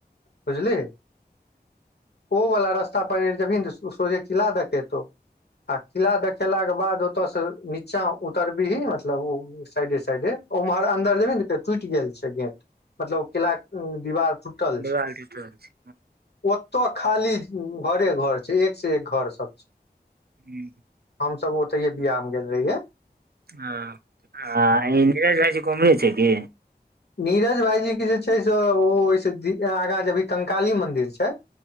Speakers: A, on the left; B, on the right.
A: बुझलिही? ओ वाला रास्ता पर जइबहि ने तऽ सोझे किला देखेतौ। आ किला देखेलाक बाद ओतऽ सँ नीचा उतरबहि, मतलब ओ। साइडे साइडे उम्हर अन्दर जेबहि ने, तऽ टूटि गेल छै गेट। मतलब किला के दीवार टूटल
B: देवालटी
A: छै।
B: त
A: ओत खाली घरे घर छै, एक से एक घर सभ छै।
B: हूँ
A: हमसभ ओतहिए बियाह मे गेल रहियै
B: हँ,
A: हँ
B: ई नीरज भायजी के उम्हरे छै की?
A: नीरज भाईजी के जे छै से, ओ ओइसे आगाँ जेबहि कंकाली मन्दिर छै।